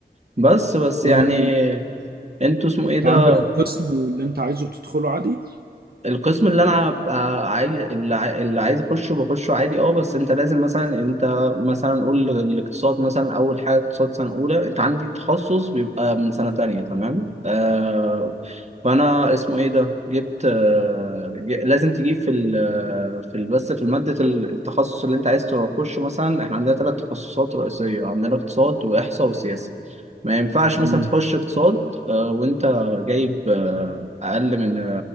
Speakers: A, on the right; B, on the right.
A: بس بس
B: اه
A: يعني انتوا اسمه ايه
B: انت
A: ده
B: عندك القسم اللي انت عايزه بتدخله عادي
A: القسم اللي انا عايز اللي عاي- اللي عايز اخشه بخشه عادي اه بس انت لازم مثلا انت مثلا قول الاقتصاد مثلا اول حاجه اقتصاد سنه اولى انت عندي تخصص بيبقى من سنه تانية تمام آه فانا اسمه ايه ده جبت آه ج- لازم تجيب في ال في ال- بس في ماده ال- التخصص اللي انت عايز تخشه مثلا احنا عندنا ثلاث تخصصات رئيسيه عندنا اقتصاد واحصاء وسياسه ما ينفعش
B: مم.
A: مثلا تخش اقتصاد آه، وانت جايب آه، اقل من آه،